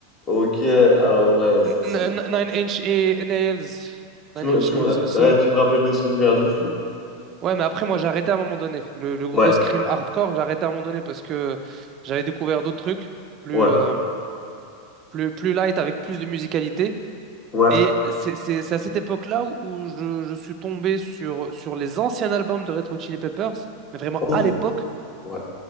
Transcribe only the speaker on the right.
N-
N- Nine Inch et Nails.
Nine
Inch
Nails
aussi.
Ouais, mais après, moi, j'ai arrêté à un moment donné. Le, le gros
scream hardcore, j'ai arrêté à un moment donné parce que j'avais découvert d'autres trucs plus,
euh, plus, plus light avec plus de musicalité.
Et c'est c'est- c'est à cette époque-là où, où je, je suis tombé sur, sur les anciens albums de Retro Chili Peppers, mais vraiment
à l'époque,